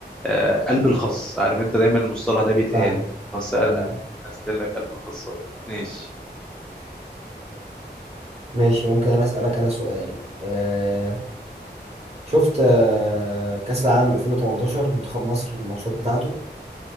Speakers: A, in the centre; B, on the right (about 35°).
A: آه قلب الخص عارف انت دايما المصطلح ده بيتقال
B: فاهمك
A: خص نزل
B: مم.
A: لك قلب الخصاية ماشي
B: ماشي ممكن انا اسالك انا سؤال آه... شفت آه... كاس العالم 2018 منتخب مصر الماتشات بتاعته